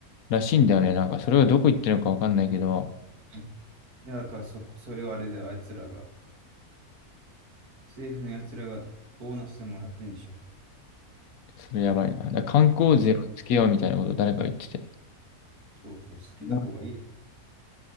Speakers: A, on the left; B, on the right.
A: らしいんだよね。なんか、それがどこ行ってるのかわかんないけど、
B: 対。いや、だからそ、それをあれだよ、あいつらが。政府のやつらがボーナスでもらってんでしょ。
A: それやばいな。だから観光税をつけようみたいなこと誰か言ってて。
B: そうそう、つけた方がいいだろ。
A: ま